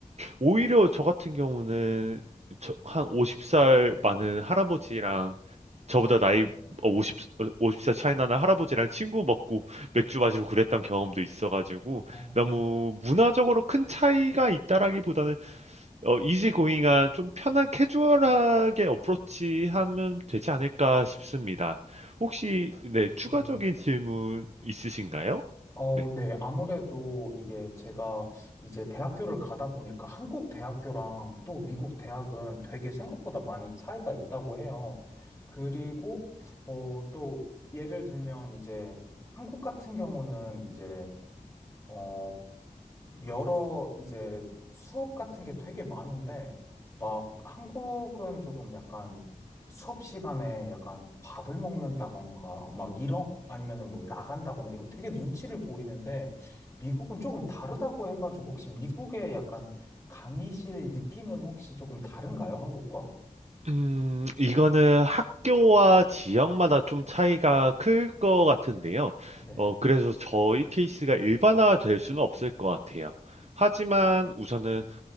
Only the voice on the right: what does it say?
오히려 저 같은 경우는 저- 한 50살 많은 할아버지랑 저보다 나이 어, 50, 어, 50살 차이 나는 할아버지랑 친구 먹고 맥주 마시고 그랬던 경험도 있어가지고
너무 문화적으로 큰 차이가 있다라기보다는 어, 이지고잉한 좀 편한 캐주얼하게 어프로치하면 되지 않을까 싶습니다. 혹시 네, 추가적인
질문 있으신가요?
네.
음, 이거는 학교와 지역마다 좀 차이가 클 것 같은데요.
어, 그래서 저희 케이스가 일반화 될 수는 없을 것 같아요. 하지만 우선은